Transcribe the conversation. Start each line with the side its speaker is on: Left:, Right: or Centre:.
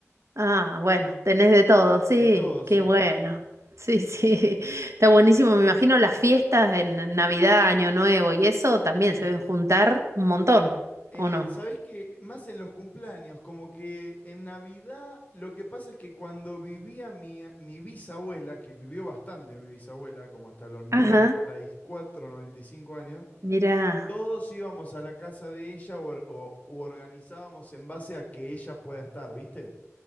Right: Ah, bueno, tenés de todo, sí,
Left: De todo, sí.
Right: qué bueno. Sí, sí, <laughs> está buenísimo. Me imagino las fiestas en Navidad, Año Nuevo y eso también se ven juntar un montón,
Left: Eh,
Right: ¿o no?
Left: sabés que más en los cumpleaños, como que en Navidad lo que pasa es que cuando vivía mi, a- mi bisabuela, que vivió bastante mi bisabuela, como hasta los noventa
Right: Ajá,
Left: noventa y cuatro, noventa y cinco años,
Right: mira,
Left: todos íbamos a la casa de ella o, or- o- u organizábamos en base a que ella pueda estar, ¿viste?